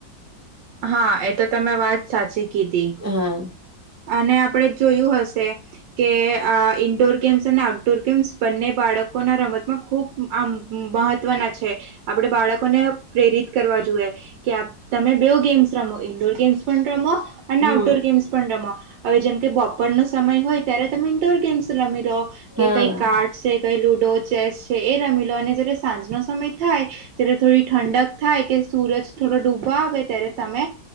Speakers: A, on the right (about 80°); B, on the right (about 20°).
A: હા એ તો તમે વાત સાચી
B: હા
A: અને આપણે જોયું હશે કે ઇન્ડોર ગેમ્સ ને ર ગમ્ બંને બાળકોના રમતમાં ખૂબ આ મહત્વના છે આપડે બાળકોને પ્રેરિત કરવા જોઈએ કે તમે બ ગેમસ ઇન્ટોર ગેમસ પનમો અનેન્
B: હમ
A: અઉ્ટોર ગેમસ પ્રમો હવે જેમ કે બપરનોો સમય હોય ત્યારે તમે ઇન્ડોર ગેમ્સ રમી લો
B: હા
A: કે કઈ કાર્ડ છે કઈ લુડો ો ચેસ છે એ રમી લો અને જયારે સાંજ ન સમય થાય ત્યારે થોડી ઠંડક થાય કે સૂરજ થોડો ડૂબો આવે ત્યારે તમે